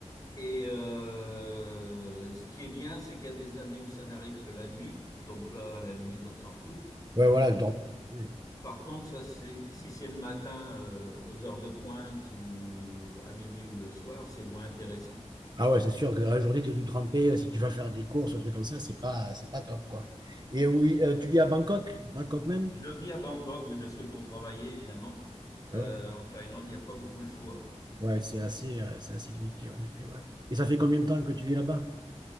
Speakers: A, on the left; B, on the right.
A: Et euh, ce qui est bien, c'est qu'il y a des années où ça n'arrive que la nuit. Donc là, à la limite, on s'en fout.
B: Ouais, voilà, donc- oui.
A: Par contre, ça, c'est, si c'est le matin, euh, aux heures de pointe ou à midi ou le soir, c'est moins intéressant.
B: Ah ouais, c'est sûr que dans la journée, tu es tout trempé. euh, Si tu vas faire des courses, un truc comme ça, c'est pas, c'est pas top, quoi. Et oui, euh, tu vis à Bangkok, Bangkok même?
A: Je vis à Bangkok, oui, parce que pour travailler, évidemment, euh,
B: Ah ouais,
A: en Thaïlande, il n'y a pas beaucoup le choix.
B: ouais, c'est assez, euh, c'est assez limité, en effet, ouais. Et ça fait combien de temps que tu vis là-bas?